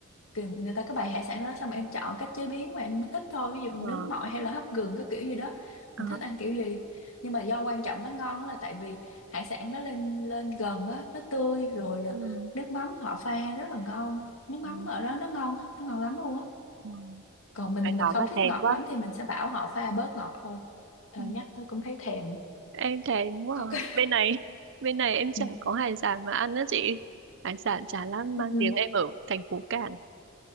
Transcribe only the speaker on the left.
kì- người ta có bày hải sản đó xong em chọn cách chế biến mà em thích thôi ví dụ nướng
mọi hay là hấp gừng các kiểu gì đó
mình thích ăn kiểu gì nhưng mà do quan trọng nó ngon là tại vì hải sản nó lên lên gần á nó tươi rồi à,
nước mắm họ pha rất là ngon nước mắm
ở đó nó ngon nó ngon lắm luôn á
còn mình
mình
không
thích
ngọt
lắm thì mình sẽ bảo họ pha bớt ngọt thôi Ờ,
nhắc tôi cũng thấy thèm
có
cái
<laughs>
Ừ.